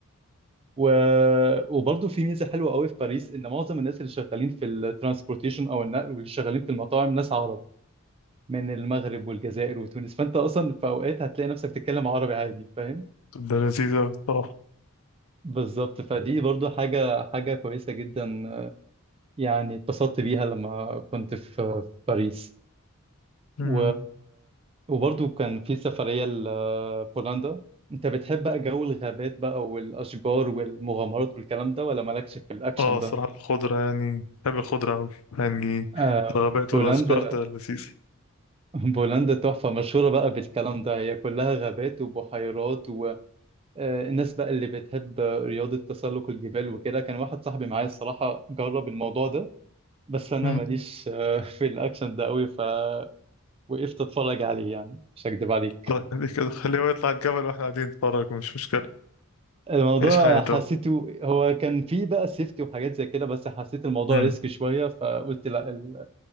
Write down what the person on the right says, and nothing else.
و... وبرضه في ميزه حلوه قوي في باريس ان معظم الناس اللي شغالين في الترانسبورتيشن او النقل واللي شغالين في المطاعم ناس عرب من المغرب والجزائر وتونس فانت اصلا في اوقات هتلاقي نفسك بتتكلم عربي عادي فاهم
بالظبط فدي برضه حاجه حاجه كويسه جدا يعني اتبسطت بيها لما كنت في في باريس
و... وبرضو كان في سفرية لبولندا انت بتحب بقى جو الغابات بقى والأشجار والمغامرات والكلام ده ولا مالكش في الأكشن
ده؟
آه
بولندا
بولندا تحفة مشهورة بقى بالكلام ده هي كلها غابات وبحيرات والناس بقى اللي بتحب رياضة تسلق الجبال وكده كان واحد صاحبي معايا الصراحة جرب الموضوع ده بس أنا
ماليش آه، في الأكشن ده قوي فوقفت أتفرج عليه يعني مش هكدب عليك
الموضوع
حسيته هو كان فيه بقى سيفتي وحاجات زي كده بس حسيت الموضوع
ريسك شوية فقلت لا ال-